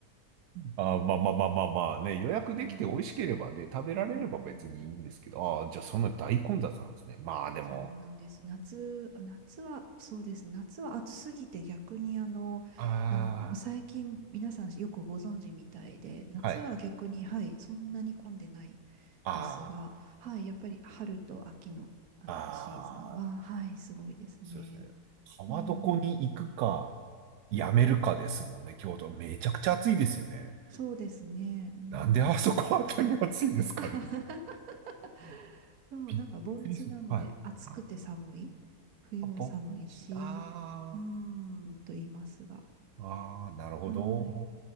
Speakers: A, on the right; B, on the right.
A: あー、まあまあまあまあまあね、予約できて美味しければね、
B: はい。
A: 食べられれば別にいいんですけど、
B: うん。
A: ああ、じゃあそんな大混雑なんですね。まあでも、
B: そうなんです。夏、夏は、そうですね。夏は暑すぎて逆にあの、
A: あ
B: あの、もう最近皆さんよくご存知みたいで、夏は逆に、
A: あ、はい。
B: はい、そんなに混んでない
A: あ
B: ですが、はい、やっぱり春と秋の、あのシーズンは、
A: あ、ああ、
B: はい、すごいですね。
A: そうですね。川床に行くか、
B: うん、
A: やめるかですもんね、京都。めちゃくちゃ暑いですよね。
B: そうですね。うん、
A: なんであそこあたり暑いんですかね。
B: <laughs> そう、
A: びっくりする。
B: なんか盆地なので暑くて寒い。
A: はい。あ、
B: 冬は寒いし、
A: 盆地、あ
B: うーん、と言いますが。
A: あ、ああ、なるほど。
B: はい。